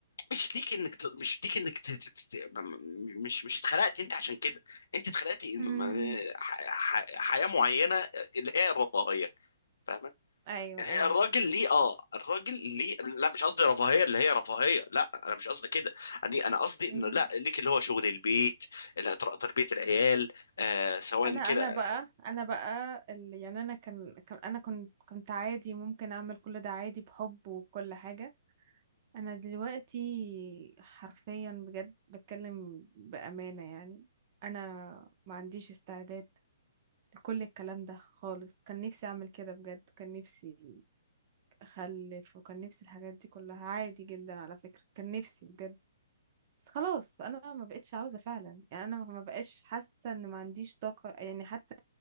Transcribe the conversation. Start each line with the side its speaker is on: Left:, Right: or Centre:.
Left: مش ليك انك ت... مش ليك انك ت... ت... ت... م- مش مش اتخلقت انت عشان كده انت اتخلقتي م-
Right: امم
Left: ح... ح... حياه معينه اللي هي الرفاهيه فاهمه
Right: ايوه ايوه
Left: الراجل ليه اه الراجل ليه لا مش قصدي رفاهيه اللي هي رفاهيه لا انا مش قصدي كده انا انا قصدي
Right: امم
Left: انه لا ليك اللي هو شغل البيت ال- تربيه العيال آه سواء
Right: انا
Left: كده
Right: انا بقى انا بقى اللي يعني انا كان كان انا كنت كنت عادي ممكن اعمل كل ده عادي بحب وكل حاجة انا دلوقتي حرفيا بجد بتكلم بأمانة يعني انا ما عنديش استعداد لكل الكلام ده خالص كان نفسي اعمل كده بجد كان نفسي اخلف وكان نفسي الحاجات دي كلها عادي جدا على فكرة كان نفسي بجد بس خلاص انا ما بقتش عاوزة فعلا يعني انا ما بقاش حاسة ان ما عنديش طاقة يعني حتى